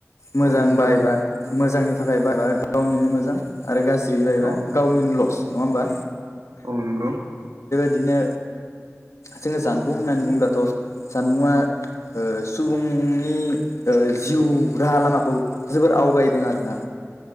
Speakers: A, on the left; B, on the right.
A: मोजां
B: औ नंगौ
A: बाहायबा मोजांनि थाखाय बाहायबा गावनिनो मोजां। आरो गाज्रि बाहायबा
B: औ
A: गावनि लस नङा होमबा?
B: औ नंगौ
A: बिदिनो जोङो जानबुं होननानै बुङोबथ' जानबुंङा ओ सुबुंनि ओ जिउ राहा लामाखौ जोबोर आवगायदों आरोना।